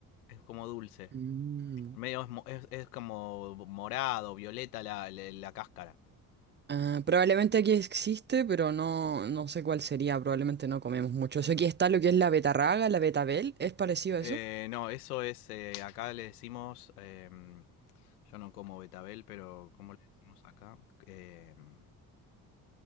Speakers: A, on the left; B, on the right.
A: Es como dulce.
B: Mm.
A: Medio es, mo- es- es como morado, violeta la, la- la cáscara.
B: Ah, probablemente aquí existe, pero no, no sé cuál sería. Probablemente no comemos mucho. Eso
A: Mm,
B: aquí está lo que es la betarraga, la betabel. ¿Es parecido a
A: eh,
B: eso?
A: no, eso es. eh, acá le decimos. em, yo no como betabel, pero ¿cómo le decimos acá? Em,